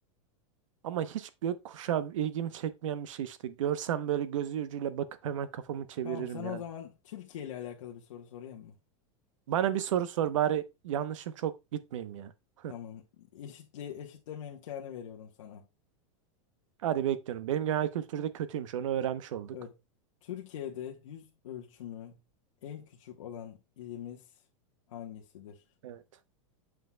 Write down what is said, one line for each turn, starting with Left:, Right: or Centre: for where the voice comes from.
Right: Ama hiç gökkuşağı ilgimi çekmeyen bir şey işte. Görsem böyle gözü ucuyla bakıp hemen kafamı çeviririm
Left: Tamam sana
Right: yani.
Left: o zaman Türkiye ile alakalı bir soru sorayım mı?
Right: Bana bir soru sor bari yanlışım çok gitmeyeyim ya. <laughs>
Left: Tamam. Eşitle, eşitleme imkanı veriyorum sana.
Right: Hadi bekliyorum. Benim genel kültürde kötüymüş onu öğrenmiş olduk.
Left: Evet, Türkiye'de yüz ölçümü en küçük olan ilimiz hangisidir?
Right: Evet.